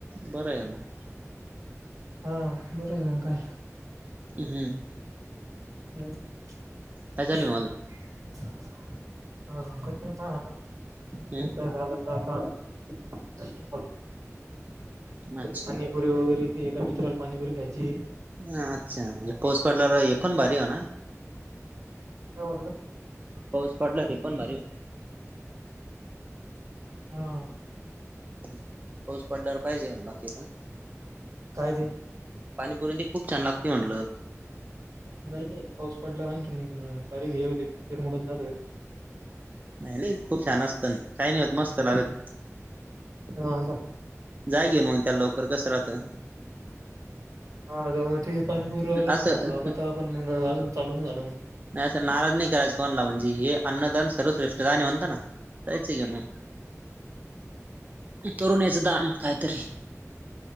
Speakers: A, on the right (about 30°); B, on the right (about 75°).
A: बरं आहे आता
B: हा बरय मग काय
A: हम्म
B: <unintelligible>
A: काय चालू आहे मग अजून हम
B: ता आता <unintelligible>
A: अच्छा
B: पाणीपुरी वगैरे ते एका मित्राल पाणी पुरी खायचीय
A: ह अच्छा म्हणजे पाऊस पडलावर हे पण भारी वा ना
B: काय वाटलं?
A: पाऊस पडला ते पण भारी
B: हाव
A: हम्म, पाऊस पडल्यावर पाहिजे म्हणार ते पण.
B: काय तेे?
A: पाणीपुरणली खूप छान लागते म्हणलं.
B: नाही, नाही पाऊस पडला नाही की आणखीन, बारीक हे होतय ते, तिरमडून जात्यात.
A: नाही, नाही खूप छान असतन, काय नाही होत मस्त लागत.
B: हां.
A: जाय घेऊन मंग, त्याला लवकर कसं राहतंन.
B: हा मग ते पाणीपुरी आल्याला
A: असं
B: फोन लावलाता, पण मंग अजून चालू नाही झालं म्हग.
A: नाही अस नाराज नाही करायचं कोणला, म्हणजे हे अन्नदान सर्वश्रेष्ठदान हाय म्हणत ना. जायच घेऊन मंग. करून यायचं दान, कायतरी.